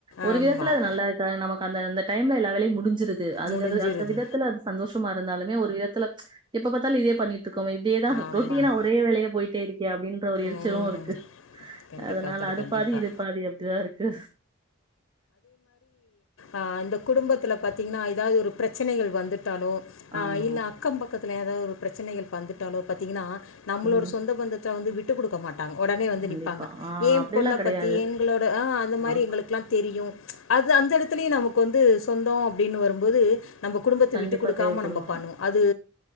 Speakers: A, on the right; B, on the left.
A: ஒரு
B: ஆமாம்
A: விதத்தில அது நல்லா இருக்காங்க நமக்கு அந்த அந்த டைம்ல எல்லாம் வேலை முடிஞ்சு சது அந்த
B: முடிஞ்சிருது
A: விதத்தில அது சந்தோஷமா இருந்தாலும் ஒரு விதத்துல ம்ச் எப்ப பாத்தாலும் இதே பண்ணிட்டு க்கோமே இப்டியேதான்
B: ஆமாம்
A: ரொட்டீனா ஒரே வேலையா போயிட்டே இருக்கே அப்டின்ற ஒரு எரிச்சலும்
B: ம்
A: இருக்கு.
B: கண்டிப்பாக
A: அதனால
B: தோழி
A: அது
B: கண்டிப்பாக
A: பாதி இது பாதி அப்டிதான் இருக்கு.
B: ஆஹ் இந்த குடும்பத்துல பாத்தீங்கன்னா ஏதாவது ஒரு பிரச்சனைகள் வந்துரு டாலு அஹ்
A: ஆமா.
B: இல்ல அக்கம்பக்க ல ஏதாவது ஒரு பிரச்சனைகள் வந்துட்டு ட்டாலோ பாத்தீங்கன்னா நம்மளோட
A: ம்.
B: சொந்தபந்தத்தில வந்து விட் விட்டு குடுக்க மாட் டாங்க உடனே வந்து
A: கண்டிப்பா.
B: நிப்பாங்க
A: ஆ
B: ஏன்
A: அப்படியெல்லாம்
B: பொண்ண
A: கிடையாது.
B: பத்தி எங்களோட அந்த
A: ஆமா.
B: மாரி எங்களுக்கெல்லாம் தெரியும். ம்ச் அது அந்த இடத்துலயே நமக்கு வந்து சொந்தோ அப்டின்னு வரும்போது நம்ம குடும்பத்த
A: கண்டிப்பா
B: விட்டு குடுக்காம
A: தேவைப்படுவாங்க.
B: நம்ம பண்ணுவோம் அது